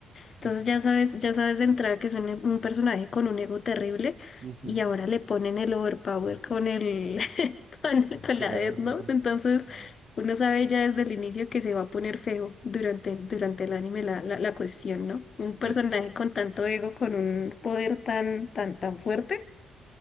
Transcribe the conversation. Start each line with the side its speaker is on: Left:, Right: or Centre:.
Left: Entonces
Right: ujú,
Left: ya sabes, ya sabes de entrada que es un, un personaje con un ego terrible
Right: ujú.
Left: y ahora le ponen el overpower con el <laughs> con, con
Right: Claro,
Left: la Death
Right: no.
Left: Note. Entonces
Right: Mm.
Left: uno sabe ya desde el inicio que se va a poner feo durante, durante el anime la, la, la cuestión, ¿no? Un personaje
Right: Es,
Left: con tanto ego, con un poder tan, tan, tan fuerte,